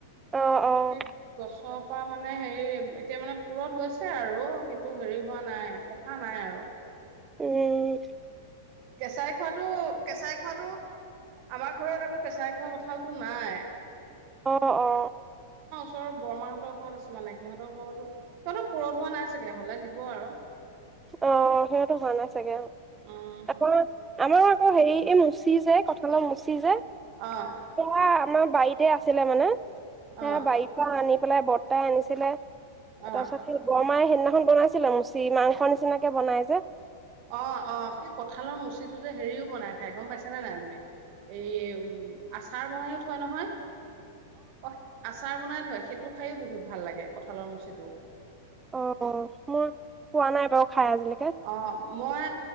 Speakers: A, on the right; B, on the right.
A: অ', অ',
B: সেই গছত পৰা মানে হেৰি, এতিয়া মানে পুৰঠ হৈছে আৰু কিন্তু হেৰি হোৱা নাই পকা নাই আৰু।
A: উম,
B: কেঁচাই খোৱাতটো কেঁচাই খোৱাটো আমাৰ ঘৰত আকৌ কেঁচাই খোৱা কঁঠালতটো নাই।
A: অ, অ
B: এ, বৰ্মাহঁতৰ ঘৰত আছে মানে সিহঁতৰ ঘৰতো, সিহঁতৰ পুৰঠ হোৱা নাই চাগে হলে দিব আৰু।
A: অ', সিহঁতো হোৱা নাই চাগে অ'।
B: উম
A: আকৌ আমাৰ আকৌ হেৰি, এই মুচি যে কঁঠলৰ মুচি যে।
B: অ
A: সেয়া আমাৰ বাৰীতে আছিলে মানে। সেয়া
B: অ
A: বাৰি পৰা আনিম। বৰতায়ে আনিছিলে।
B: অ
A: তাৰপাছত সেই বৰমাই সে সেইদিনাখন বনাইছিলা মুচি মাংস বনাই যে
B: অ, অ সেই কঁঠালৰ মুচিটো যে হেৰিও বনাই খাই গম পাইছা নে নাই তুমি? এই, উম আচাৰ বনাইও থয় নহয়। অ আচাৰ বনাই থয়, সেইটো খাইয়ো বহুত ভাল লাগে কঁঠালৰ মুচিটো।
A: অ' মই পোৱা নাই বাৰু, খাই আজিলৈকে
B: অ' মই